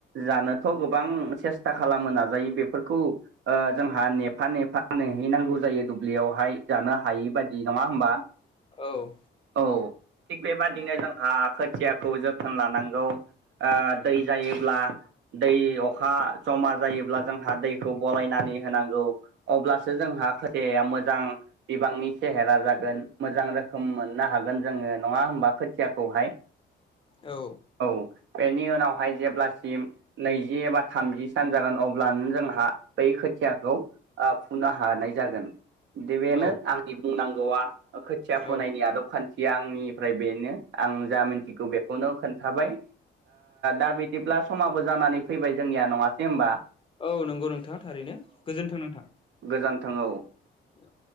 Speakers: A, on the right; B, on the left.
A: जानोथ' गोबां सेस्था खालामनो नाजायो बेफोरखौ ओ जोंहा नेफा नेफा नेहैनांगौ जायो। दुब्लियावहाय जानो हायै बायदि नङा होमबा?
B: औ
A: औ थिग बेबादिनो जोंहा खोथियाखौ जोथोन लानांगौ ओ दै जायोब्ला दै अखा जमा जायोब्ला जोंहा दैखौ बायनानै होनांगौ। अब्लासो जोंहा खसेाया मोजां बिबांनि सेहेरा जागोन मोजां रोखोम मोननो हागोन जोङो नङा होमबा खोथियाखौहाय
B: औ।
A: औ बेनि उनावहाय जेब्लासिम नैजि एबा थामजि सान जागोन अब्लानो जोंहा बै खोथियाखौ फुनो हानाय जागोन। दा बेनो
B: औ
A: आंनि बुंनांगौआ खोथिया
B: औ
A: फोनायनि आदब खान्थिया आंनिफ्राय बेनो। आं जा मिथिगौ बेखौनो खोन्थाबाय दा जेब्ला समाबो जानानै फैबाय जोंनिया नङासै होमबा?
B: औ नंगौ नोंथाङा थारैनो गोजोन्थों नोंथां।
A: गोजानथों औ।
B: औ।